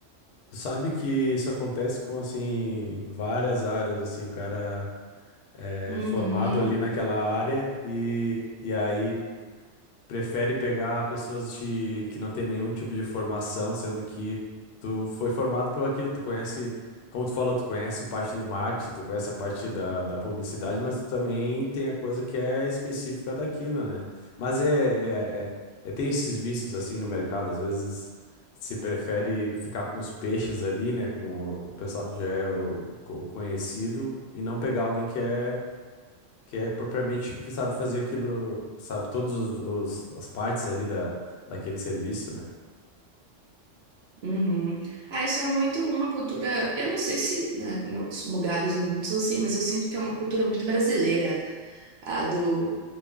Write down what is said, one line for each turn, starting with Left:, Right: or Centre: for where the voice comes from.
Left: Sabe que isso acontece com, assim, várias áreas, assim, o cara é
Right: Uhum.
Left: formado ali naquela área e, e aí prefere pegar pessoas de que não tem nenhum tipo de formação, sendo que tu foi formado por aquilo, tu conhece, como tu falou, tu conhece parte do marketing, tu conhece a parte da, da publicidade, mas tu também tem a coisa que é específica daquilo, né? Mas é, é, é, é- tem esses vícios assim no mercado, às vezes se prefere ficar com os peixes ali, né, com o pessoal que já é o, co- conhecido e não pegar alguém que é que é propriamente que sabe fazer aquilo, sabe, todas os, os- as partes ali da, daquele serviço, né?
Right: Uhum. Ah, isso é muito uma cultura. Eu não sei se, né, em outros lugares no mundo são assim, mas eu sinto que é uma cultura muito brasileira, a do,